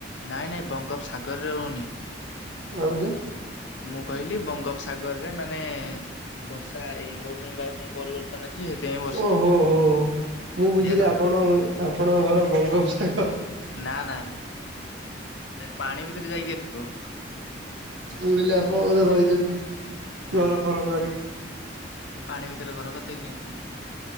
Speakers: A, on the left; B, on the right.
A: ନାଇଁ ନାଇଁ ବଙ୍ଗୋପସାଗରରେ ରହୁନି।
B: ଆଉଯେ
A: ମୁଁ କହିଲି ବଙ୍ଗୋପସାଗରରେ ମାନେ ବର୍ଷା ଏଇ ମୌସୁମୀ ବାୟୁ ପରିବର୍ତ୍ତ ଯ ହେ <unintelligible>
B: ଓ ହୋ ହଉ ହଉ ମୁଁ ବୁଝିଲି
A: କହିଲି
B: ଆପଣ ଆପଣଙ୍କ ଘର ବଙ୍ଗୋପସାଗର
A: ନା ନା ନା ପାଣି ଭିତରେ ଯାଇକି ଆସିବ।
B: ଶୁଣିଲି ଆପଣ ବୋଧେ ରହିଛନ୍ତି
A: ନା
B: ଘର
A: ନା
B: ଫର କରିକି।
A: ଆଉ ପାଣି ଭିତରେ ଘର କରିଦେଇକି କିମନ୍ତି ଯିବି।